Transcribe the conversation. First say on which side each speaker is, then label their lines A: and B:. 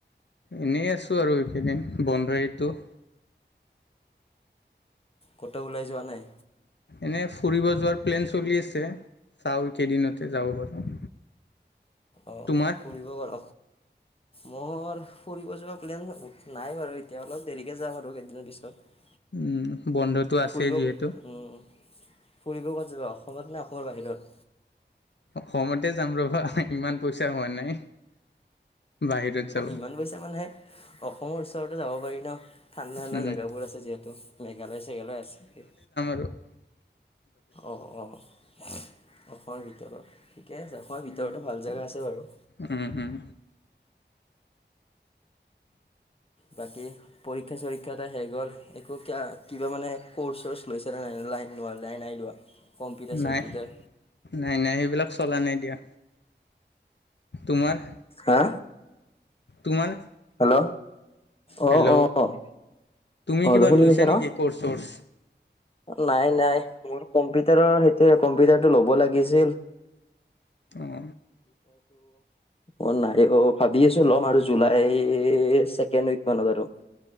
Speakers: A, on the left (about 70°); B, on the left (about 30°).
A: এনেই আছো আৰু এইকেইদিন বন্ধইটো
B: ক'ত ওলাই যোৱা নাই?
A: এনেই ফুৰিব যোৱাৰ প্লেন চলি আছে চাওঁ এইকেইদিনতে যাব পাৰোঁ।
B: অ',
A: তোমাৰ
B: ফুৰিব পাৰ মৰ ফুৰিব যোৱা প্লেন নাই বাৰু এতিয়া অলপ দেৰিকে যাম আৰু কেইদিনৰ পিছত।
A: উম বন্ধটো আছেই
B: ফুৰিব
A: যিহেতু।
B: উম, ফুৰিব ক'ত অসমত নে অসমৰ বাহিৰত?
A: অসমতে যাম ৰবা ইমান পইচা হোৱা নাই। বাহিৰত যাব
B: ইমান পইচা মানে অসমৰ ওচৰতো যাব পাৰি ন, ঠাণ্ডা ঠাণ্ডা
A: উম,
B: জেগাবোৰ আছে যিহেতু মেঘালয় চেঘালয় আছে।
A: এক
B: অ' অ' অসমৰ ভিতৰত ঠিকে আছে, অসম ভিতৰত তেওঁতো ভাল জেগা আছে বাৰু।
A: উম, উম,
B: বাকী পৰীক্ষা চৰীক্ষা টো হৈ গ'ল একো ক কিবা মানে ক'ৰ্চ চৰ্চ লৈছানে নাই? লাইনোৱা লাইন নে লোৱা? কম্পিউটাৰ
A: নাই
B: চম্পিউটাৰ
A: নাই নাই, সেইবিলাক চলা নাই দিয়া। তোমাৰ?
B: হা?
A: তোমাৰ?
B: হেল্ল' আহ
A: হেল্ল'
B: অ'
A: তুমি
B: আহল
A: কিবা
B: শুনি
A: লৈছা
B: পাইছা ন?
A: নেকি ক'ৰ্চ চৰ্চ
B: নাই নাই মোৰ কম্পিউটাৰৰ সেইটো কম্পিউটাৰটো ল'ব লাগিছিল।
A: আহ।
B: মই নাই অ' ভাবি আছো লম আৰু জুলাই। এই চছেকেণ্ড উক মানত আৰু।